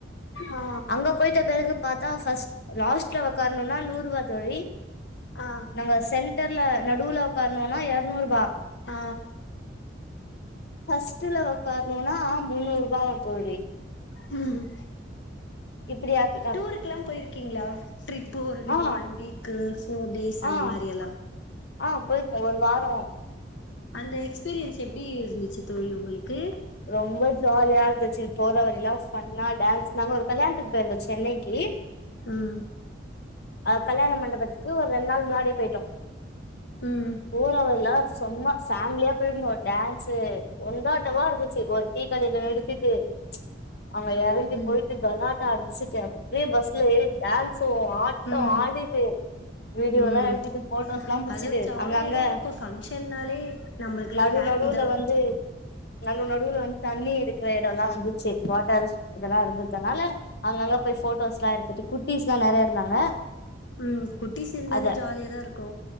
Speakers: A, on the left (about 80°); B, on the left (about 60°).
A: ஆ
B: அங்க போயிட்டபெறகு பாத்தா ஃபர்ஸ்ட் லாஸ்ட்ல உக்காரணுனா நூறுபா தோழி
A: ஆ
B: நாங்க சென்டர்ல நடுவுல உக்காரணுனா இரநூறுபா
A: ஆ
B: ஃபர்ஸ்ட்ல உக்காரணுனா முன்னூறுபாயா தோழி
A: ம்
B: இப்டியாக்கு
A: டூருக்கெல்லா போய்ருக்கீங்களா ட்ரிப்பு ஒரு
B: ஆ
A: ஒன் வீக்கு ஃபோர் டேஸ் அந்த
B: ஆ
A: மாரி எல்லா
B: ஆ போயிருக்கங்க ஒரு வார
A: அந்த எக்ஸ்பீரியன்ஸ் எப்டி இருந்துச்சு தோழி உங்களுக்கு
B: ரொம்ப ஜாலியா இருந்துச்சு போறவழி எல்லா ஃபன்னா டான்ஸ் நாங்க ஒரு கல்யாணத்துக்கு போயிருந்தோ சென்னைக்கு
A: ம்
B: அ கல்யாண மண்டபத்துக்கு ஒரு ரெண்டு நாள் முன்னாடியே போய்ட்டோ
A: ம்
B: ஊரவல்லா சும்மா ஃபேமிலியா போயிருதோ டான்ஸு ஒண்டாட்டமா இருந்துச்சு ஒரு டீ கடைல நிறுத்திட்டு அங்க இறங்கி
A: ம்
B: போய்ட்டு கலாட்டா அடிச்சுட்டு அப்டியே பஸ்ல ஏறி டான்ஸு ஆ ஓ
A: ம்
B: ஆடுது வீடியோலா
A: ம்
B: எடுத்துட்டு ஃபோட்டோஸ்லா புடிச்சிட்டு
A: அது ஒரு ஜாலியாதா
B: அங்க அங்க
A: இருக்கு ஃபங்க்ஷன்னாலே நம்மளுக்குல்லா
B: நடு
A: ஹாப்பி
B: நடுவ்ல
A: தா
B: வந்து நடுவ் நடுவுல வந்து தண்ணி இருக்கிற எடல்லா வந்துச்சு வாட்டர்ஸ் இதெல்லா இருந்ததுனால அங்கங்க போய் ஃபோட்டோஸ்லா எடுத்துட்டு குட்டிஸ்லா நெறய இருந்தாங்க
A: ம் குட்டிஸ் இருந்தாலே
B: அத
A: ஜாலியாதா இருக்கு